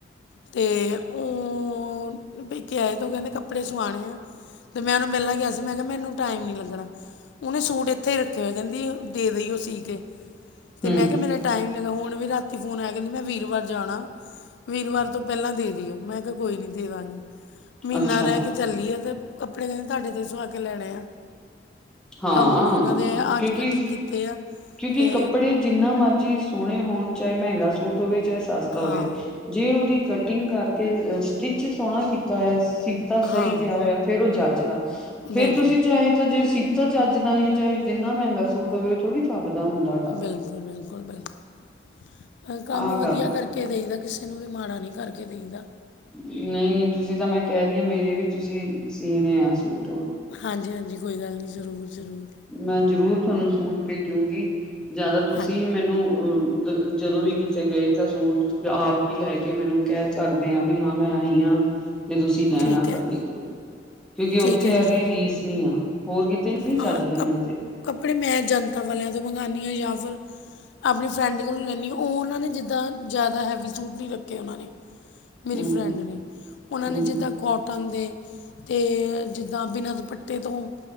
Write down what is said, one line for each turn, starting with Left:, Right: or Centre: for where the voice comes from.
Left: ਅਤੇ ਉਹ ਪੇਕੇ ਆਏ ਤੇ ਉਹ ਕਹਿੰਦੇ ਕੱਪੜੇ ਸਵਾਉਣੇ ਆ ਤੇ ਮੈਂ ਉਹਨੂੰ ਪਹਿਲਾਂ ਕਿਆ ਸੀ। ਮੈਂ ਕਿਹਾ ਮੈਨੂੰ ਟਾਈਮ ਨਹੀਂ ਲੱਗਣਾ, ਉਹਨੇ ਸੂਟ ਇੱਥੇ ਹੀ ਰੱਖੇ ਹੋਏ ਕਹਿੰਦੀ ਦੇ ਦੇਈਓ ਸੀ ਕੇ।
Centre: ਹੂੰ-ਹੂੰ
Left: ਤੇ ਮੈਂ ਕਿਹਾ ਮੇਰਾ ਟਾਈਮ ਨੀ ਲਗਾ ਹੁਣ ਵੀ ਰਾਤੀ ਫੋਨ ਆਇਆ ਕਹਿੰਦੀ ਮੈਂ ਵੀਰਵਾਰ ਜਾਣਾ। ਵੀਰਵਾਰ ਤੋਂ ਪਹਿਲਾਂ ਦੇ ਦਿਓ ਮੈਂ ਕਿਹਾ ਕੋਈ ਨੀ ਦੇ ਦਾਂਗੀ, ਮਹੀਨਾ
Centre: ਅੱਛਾ
Left: ਰਹਿ ਕੇ ਚੱਲੀ ਆ ਤੇ ਕੱਪੜੇ ਕਹਿੰਦੇ ਤੁਹਾਡੇ ਤੋਂ ਹੀ ਸੁਆ ਕੇ ਲੈਣੇ ਆ।
Centre: ਹਾਂ
Left: ਤਾਂ ਹੁਣ ਉਹਨਾਂ ਦੇ ਅੱਜ
Centre: ਕਿਉਂਕਿ
Left: ਕਟਿੰਗ ਕੀਤੇ ਆ।
Centre: ਕਿਉਂਕਿ
Left: ਤੇ
Centre: ਕੱਪੜੇ ਜਿੰਨਾ ਮਰਜੀ ਸੋਹਣੇ ਹੋਣ ਚਾਹੇ ਮਹਿੰਗਾ ਸੂਟ ਹੋਵੇ, ਚਾਹੇ ਸਸਤਾ
Left: ਹਾਂ
Centre: ਹੋਵੇ ਜੇ ਉਹਦੀ ਕਟਿੰਗ ਕਰਕੇ ਸਟਿਚ ਸੋਹਣਾ ਕੀਤਾ ਹੋਇਆ ਤਾਂ ਸਹੀ
Left: ਹਾਂ
Centre: ਕਿਹਾ ਹੋਇਆ ਫੇਰ ਉਹ ਜੱਚ ਦਾ, ਫੇਰ
Left: ਬਿਲਕੁਲ
Centre: ਤੁਸੀਂ ਚਾਹੇ ਤਾਂ ਜੇ ਤਾਂ ਚੱਜ ਦਾ ਨੀ ਹੈ ਚਾਹੇ ਜਿੰਨਾ ਮਹਿੰਗਾ ਸੂਟ ਹੋਵੇ ਉਹ ਥੋੜੀ ਫੱਬਦਾ ਹੁੰਦਾ ਹੈਗਾ।
Left: ਬਿਲਕੁਲ- ਬਿਲਕੁਲ, ਬਿਲਕੁਲ ਮੈਂ ਕੰਮ
Centre: ਆਹ
Left: ਵਧੀਆ
Centre: ਗੱਲ
Left: ਕਰਕੇ
Centre: ਆ
Left: ਕੇ ਦੇਈ ਦਾ ਕਿਸੇ ਨੂੰ ਵੀ ਮਾੜਾ ਨਹੀਂ ਕਰਕੇ ਦੇਈਦਾ।
Centre: ਨਹੀਂ- ਨਹੀਂ ਤੁਸੀਂ ਤਾਂ ਮੈਂ ਕਹਿ ਰਹੀ ਹਾਂ ਮੇਰੇ ਵੀ ਤੁਸੀਂ, ਸੀਣੇ ਆ ਸੂਟ।
Left: ਹਾਂਜੀ- ਹਾਂਜੀ ਕੋਈ ਗੱਲ ਨਹੀਂ ਜ਼ਰੂਰ- ਜ਼ਰੂਰ।
Centre: ਮੈਂ ਜ਼ਰੂਰ ਤੁਹਾਨੂੰ ਸੂਟ ਭੇਜੂਗੀ ਜਾ ਤਾਂ ਤੁਸੀਂ
Left: ਹਾਂਜੀ
Centre: ਹੀ ਮੈਨੂੰ ਅ- ਜਦੋਂ ਵੀ ਕਿਤੇ ਗਏ ਤਾਂ ਸੂਟ ਤੁਸ ਆਪ ਹੀ ਲੈ ਕੇ ਮੈਨੂੰ ਕਹਿ ਸਕਦੇ ਹਾਂ ਵੀ ਹਾਂ ਮੈਂ ਆਈ ਹਾਂ। ਜੇ ਤੁਸੀਂ ਲੈਣਾ
Left: ਠੀਕ ਹੈ
Centre: ਤਾਂ ਦੇਖਲੋ, ਕਿਉਂਕਿ
Left: ਠੀਕ
Centre: ਉੱਥੇ
Left: ਹੈ
Centre: ਯਾ
Left: ਜੀ ਜੀ
Centre: ਰੀ ਰੀਸ ਨੀ ਆ, ਹੋਰ ਕਿਤੇ ਨ- ਚੱਜ
Left: ਹਾਂ
Centre: ਦੇ
Left: ਕੱਪ-
Centre: ਮਿਲਦੇ।
Left: ਕੱਪੜੇ ਮੈਂ ਜਨਤਾ ਵਾਲਿਆਂ ਤੋਂ ਮੰਗਵਾਉਂਦੀ ਹਾਂ ਜਾਂ ਫੇਰ ਆਪਣੀ ਫਰੈਂਡ ਕੋਲੋਂ ਲੈਂਦੀ ਉਹ ਉਹਨਾਂ ਨੇ ਜਿੱਦਾਂ ਜ਼ਿਆਦਾ ਹੈਵੀ ਸੂਟ ਨਹੀਂ ਰੱਖੇ ਉਹਨਾਂ ਨੇ। ਮੇਰੀ
Centre: ਹੂੰ।
Left: ਫਰੈਂਡ ਨੇ ਉਹਨਾਂ
Centre: ਹੂੰ
Left: ਨੇ ਜਿੱਦ ਕੋਟਨ ਦੇ, ਤੇ ਜਿੱਦਾਂ ਬਿਨਾਂ ਦੁਪੱਟੇ ਤੋਂ